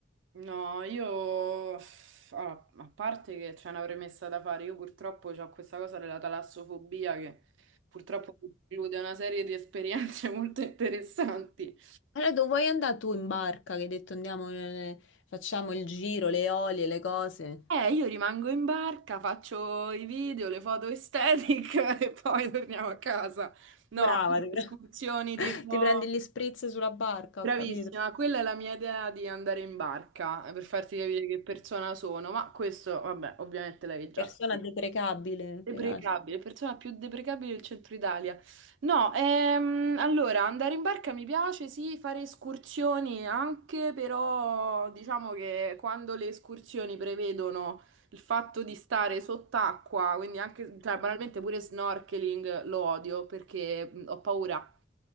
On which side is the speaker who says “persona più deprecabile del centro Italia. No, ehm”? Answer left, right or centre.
Right